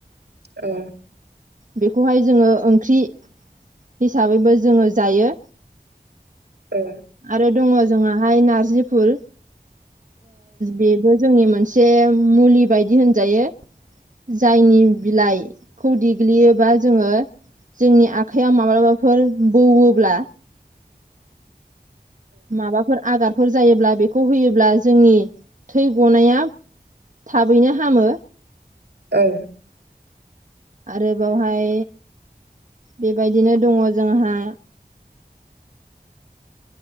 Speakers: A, on the right; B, on the right.
A: औ
B: बेखौहाय जोङो ओंख्रि हिसाबैबो जोङो जायो।
A: ओं
B: आरो दङ जोंहाहाय नारजि फुल बेबो जोंनि मोनसे मुलि बायदि होनजायो जायनि बिलाइखौ दि गोग्लैयोबा जोङो जोंनि आखाइयाव माब्लाबाफोर बौब्ला माबाफोर आगारफोर जायोब्ला बेखौ होयोब्ला जोंनि थै गनाया थाबैनो हामो।
A: ओं
B: आरो बावहाय बेबायदिनो दङ जोंहा